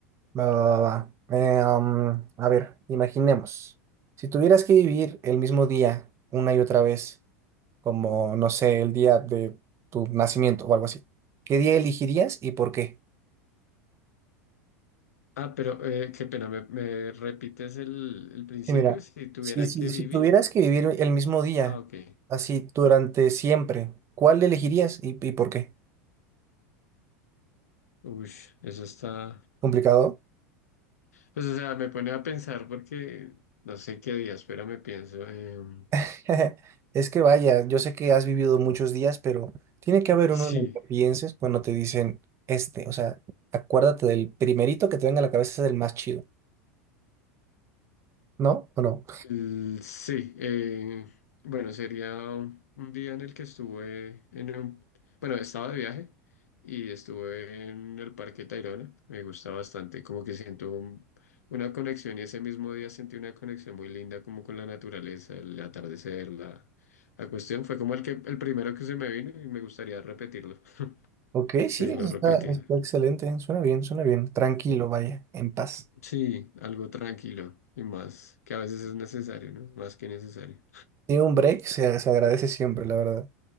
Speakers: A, on the right; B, on the left.
A: Va, va, va, va. Eh, um, a ver, imaginemos, si tuvieras que vivir el mismo día una y otra vez, como, no sé, el día de tu nacimiento o algo así. ¿Qué día elegirías y por qué?
B: Ah, pero eh, qué pena, ¿me, me repites el, el principio?
A: Y mira,
B: Si tuviera
A: si, si,
B: que
A: si
B: vivir.
A: tuvieras que vivir el mismo día,
B: Ah, ok.
A: así durante siempre, ¿cuál elegirías y, y por qué?
B: Uy, eso está.
A: ¿Complicado?
B: Pues, o sea, me pone a pensar porque no sé qué día. Espera, me pienso. em,
A: <laughs> Es que vaya, yo sé que has vivido muchos días, pero tiene que haber
B: sí,
A: uno en el que pienses cuando te dicen este, o sea, acuérdate del primerito que te venga a la cabeza es el más chido, ¿no? ¿O no?
B: el- sí. eh, bueno, sería un un día en el que estuve en un, bueno, estaba de viaje y estuve en el Parque Tayrona. Me gusta bastante, como que siento un- una conexión y ese mismo día sentí una conexión muy linda como con la naturaleza, el atardecer, la, la cuestión. Fue como el que, el primero que se me vino y me gustaría repetirlo, <laughs>
A: Ok,
B: seguirlo
A: sí, está,
B: repitiendo.
A: está excelente, suena bien, suena bien, tranquilo, vaya, en paz.
B: Sí, algo tranquilo y más, que a veces es necesario, ¿no? Más que necesario.
A: Sí, un break se, se agradece siempre, la verdad.